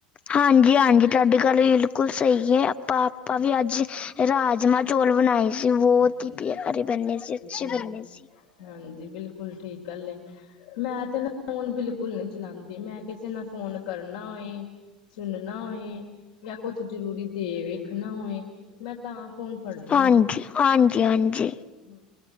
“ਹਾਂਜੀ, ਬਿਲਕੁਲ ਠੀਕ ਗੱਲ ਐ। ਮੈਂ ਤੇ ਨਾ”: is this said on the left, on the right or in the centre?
Left